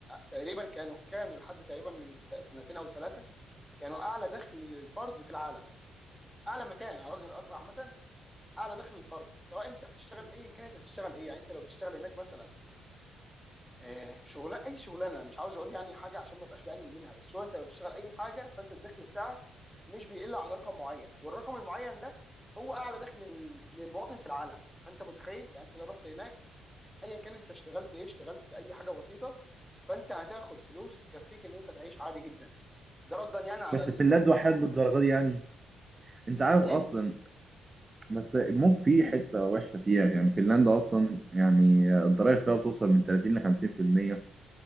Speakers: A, in the centre; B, on the right.
A: تقريبا كانوا كانوا لحد تقريبا من سنتين او ثلاثه كانوا اعلى دخل للفرد في العالم اعلى مكان على وجه الارض عامه اعلى دخل الفرد سواء انت بتشتغل ايا كان انت بتشتغل ايه يعني انت لو بتشتغل هناك مثلا آه، شغلانه اي شغلانه مش عاوز اقول يعني حاجه عشان ما ابقاش بقلل منها بس هو انت لو بتشتغل اي حاجه فانت الدخل بتاعك مش بيقل عن رقم معين والرقم المعين ده هو اعلى دخل لل- للمواطن في العالم فانت متخيل يعني انت لو رحت هناك ايا كان انت اشتغلت ايه اشتغلت اي حاجه بسيطه فانت هتاخد فلوس تكفيك ان انت تعيش عادي جدا ده ردا يعني على
B: بس
A: اللي
B: فنلندا
A: انت كنت بتقوله
B: وحيد للدرجه دي يعني انت عارف
A: الايه
B: اصلا بس ممكن في حته وحشه فيها يعني فنلندا اصلا يعني الضرايب فيها بتوصل من 30 ل 50%